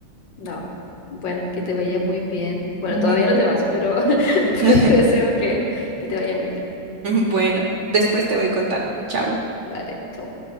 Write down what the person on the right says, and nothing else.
Ujú.
<laughs>
Bueno, después te voy contando. Chao.